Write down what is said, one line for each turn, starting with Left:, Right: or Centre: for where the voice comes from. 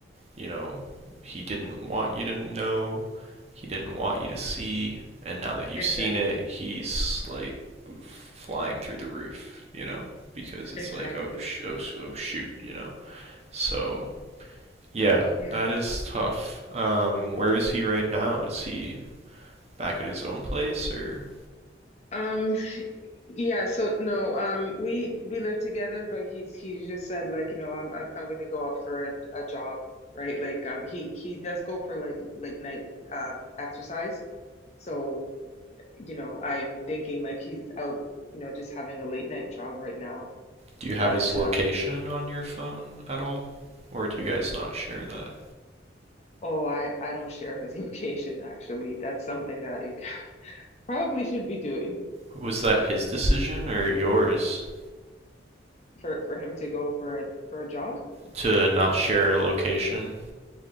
Right: you know, he didn't want you to know, he didn't want you to see, and now that you've
Left: Exactly.
Right: seen it, he's like flying through the roof, you know, because it's
Left: Exactly.
Right: like, oh, sh- oh, oh shoot, you know. So, yeah,
Left: Yeah.
Right: that is tough. Um, where is he right now? Is he back at his own place, or
Left: Um, yeah, so no, um we we live together, but he's he just said like, you know, I'm I'm, I'm gonna go out for a, a jog, right? Like um he he does go for like late night um exercise. So, you know, I'm thinking like he's out, you know, just having a late night jog right now.
Right: do you have
Left: But
Right: his location
Left: um
Right: on your phone at all? Or do you guys not share that?
Left: oh, I I don't share his <laughs> location actually. That's something that I <laughs> probably should be doing
Right: Was that his decision or yours
Left: for for him to go for a for a jog.
Right: to not share a location